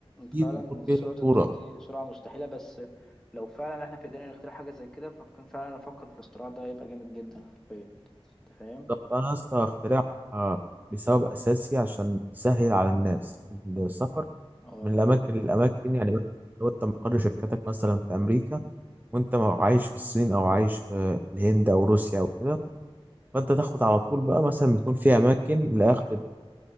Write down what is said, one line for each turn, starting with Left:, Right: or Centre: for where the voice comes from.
Centre: فعلا
Right: اكيد بيكون فيه
Centre: سرعة الضوء
Right: خطوره
Centre: دي سرعة مستحيلة بس لو فعلا احنا في ايدينا نخترع حاجة زي كده فكان فعلا افكر في الاختراع ده هيبقى جامد جدا حرفيا انت فاهم
Right: طب انا اصلا هخترعها بسبب اساسي عشان يسهل على الناس السفر
Centre: اه
Right: من الاماكن للاماكن يعني مثلاً لو انت مقر شركتك مثلا في امريكا وانت عايش في الصين او عايش في الهند او روسيا او كده فانت تاخد على طول بقى مثلا بتكون في اماكن لاخذ